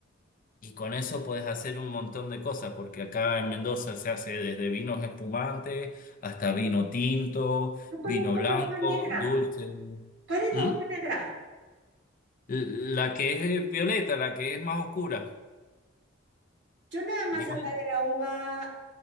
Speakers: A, on the left (about 45°); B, on the right (about 65°).
A: Y con eso puedes hacer un montón de cosas, porque acá en Mendoza se hace desde vinos espumantes hasta vino tinto,
B: No conozco
A: vino blanco,
B: la uva negra.
A: dulce.
B: ¿Cuál es
A: ¿Mm?
B: la uva negra?
A: La que es violeta, la que es más oscura.
B: Yo nada más
A: Digamos,
B: hablaba de la uva,